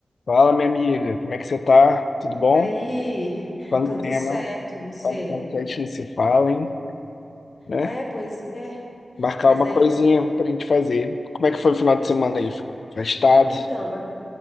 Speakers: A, on the left (about 75°); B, on the left (about 40°).
A: Fala, minha amiga, como é que você tá? Tudo bom?
B: E aí,
A: Quanto
B: tudo
A: tempo?
B: certo, você?
A: Quanto tempo que a gente não se fala, hein? Né?
B: É, pois é,
A: Marcar
B: mas
A: uma
B: daí
A: coisinha
B: tem-
A: pra gente fazer. Como é que foi o final de semana
B: é,
A: aí? Foi Festado?
B: então, é,